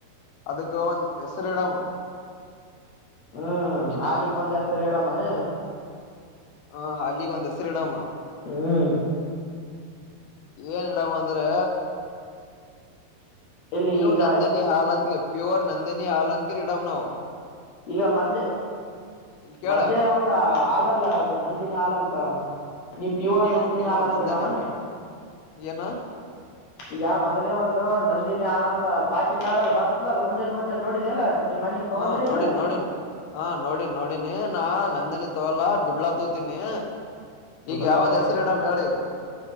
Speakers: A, on the left (about 80°); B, on the left (about 60°).
A: ಅದಕ್ಕ ಒಂದ ಹೆಸರಿಡಾಮ
B: ಹ್ಮ್
A: ನಿನ್ನ
B: ಆಲಿಿಗೆ ಬಂದ ಹೆಸ ರಡ ಮನೆ
A: ಹಾ ಹಾಲಿಗ್ ಒಂದ್ ಹೆಸರು ಇಡಮ್ಮ
B: ಹ್ಮ್
A: ಏನ್ ಇಡಮ್ಮ ಅಂದ್ರೆ
B: ಇಲ್ಲಿ
A: ನೀವು
B: ಈಗ
A: ನಂದಿನಿ ಹಾಲ್ ಅಂತ ಪ್ಯೂರ್ ನಂದಿನಿ ಹಾಲ್ ಅಂತಗೆರಿ ಇಡಮ್ ನಾವವು
B: ಈಗ ಮದ್ಲೆ
A: ಇಲ್ ಕೇಳ
B: ಮದ್ಲೇ ಒಂದು
A: ಒಂದ್
B: ಆದಲ್ಲ ಅದು ನಂದಿನಿ ಹಾಲಂತ ನೀವ ಪ್ಯೂರ್
A: ನೀವು
B: ನಂದಿನಿ
A: ನೀವು
B: ಅಲ ಅಂತ
A: ನಂದನಿ
B: ಹೇಳಮ್ಮನ
A: ಏನ
B: ಈಗ ಮೊದಲೇ ಒಂದು ನಂದಿನಿ ಹಲ್ ಅಂತ ಪಾಕೆಟ್ ಆದಲ್ಲಿ ಬರ್ತದಲ್ಲ ಮುಂಜೆ ಮುಂಜೆ ನೋಡಿದ ಅಲ್ಲ ನಿಮ್ ಮನಿ ತಗೊಂಡ್ರಿ
A: ಹಾ ನೋಡನ್
B: ಇಲ್ಲ
A: ನೋಡನ್ ಹ ನೋಡನ್ ನೋಡಿನಿ ನಾ ನಂದನಿ ತೊಗಲ್ಲಾ ದುಡ್ಲಾ ತೋತೀನಿ
B: ದುಬಲಾ
A: ಈಗ ಯಾವ್ದ್
B: ತೋೊಂಡ
A: ಹೆಸರು ಇಡಮ್ ಹೇಳಿ ಈಗ